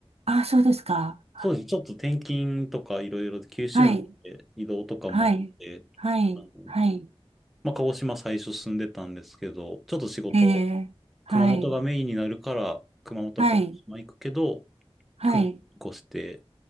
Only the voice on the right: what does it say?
あ、そうですか。
はい。
はい。はい。
はい。
ええ、はい、
はい、
はい、